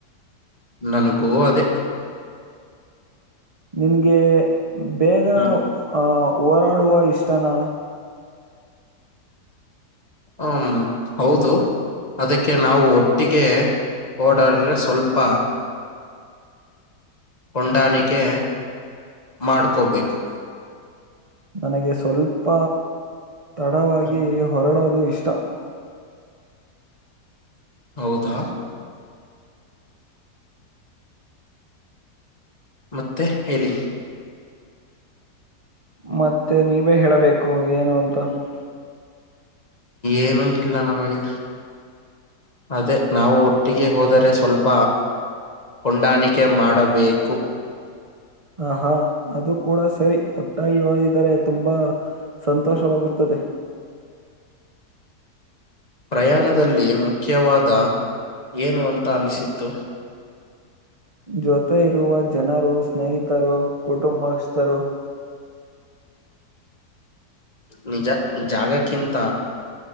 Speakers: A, on the left; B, on the right.
A: ನನಗೂ ಅದೇ
B: ನಿನ್ಗೆ ಬೇಗ
A: ಹ್ಮ್
B: ಅ ಹೋರಾಡುವ ಇಷ್ಟನಾ?
A: ಹ್ಮ್ ಹೌದು ಅದಕ್ಕೆ ನಾವು ಒಟ್ಟಿಗೆ ಓಡಡಿದ್ರೆ ಸ್ವಲ್ಪ. ಹೊಂದಾಣಿಕೆ ಮಾಡ್ಕೋಬೇಕು
B: ನನಗೆ ಸ್ವಲ್ಪ ತಡವಾಗಿ
A: ಹ್ಮ್,
B: ಹೊರಡೋದು ಇಷ್ಟ
A: ಹೌದಾ ಮತ್ತೆ ಹೇಳಿ
B: ಮತ್ತೆ ನೀವೇ ಹೇಳಬೇಕು ಏನು ಅಂತ
A: ಏನುೂ ಇಲ್ಲ ನಮಗೆ ಅದೇ ನಾವು ಒಟ್ಟಿಗೆ ಹೋದರೆ ಸ್ವಲ್ಪ ಹೊಂದಾಣಿಕೆ ಮಾಡಬೇಕು
B: ಹ ಹಾ ಅದು ಕೂಡ ಸರಿ ಒಟ್ಟಾಗಿ ಒದಿದರೆ ತುಂಬಾ ಸಂತೋಷವಾಗುತ್ತದೆ <inaudible>
A: ಪ್ರಯಾಣದಲ್ಲಿ ಮುಖ್ಯವಾದ ಏನು ಅಂತ ಅನಿಸಿತ್ತು
B: ಜೊತೆ ಇರುವ ಜನರು ಸ್ನೇಹಿತರು ಕುಟುಂಬಸ್ಥರು
A: ನಿಜ ಜಾಗಕ್ಕಿಂತ